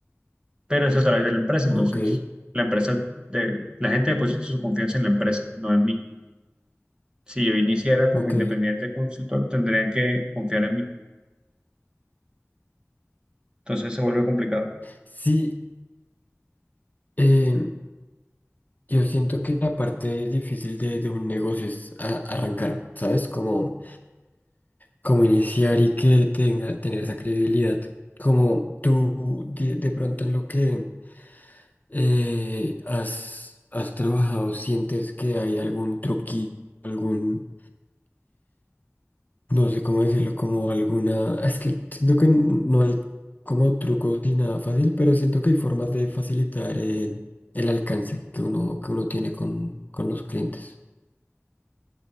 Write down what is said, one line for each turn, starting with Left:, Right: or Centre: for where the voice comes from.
Right: pero es a través de la empresa. Entonces,
Left: ok,
Right: la empresa de, la gente deposita su confianza en la empresa, no en mí. Si yo iniciara como
Left: ok.
Right: independiente consultor, tendrían que confiar en mí. Entonces se vuelve complicado.
Left: Sí, eh, yo siento que la parte difícil de, de un negocio es a- arrancar, ¿sabes? Como, como iniciar y que tenga, tener esa credibilidad. Como tú de de pronto en lo que Eh, ¿has, has trabajado? ¿Sientes que hay algún truquillo, algún, no sé cómo decirlo, como alguna, es que siento que no hay como trucos ni nada fácil, pero siento que hay formas de facilitar eh, el alcance que uno, que uno tiene con, con los clientes.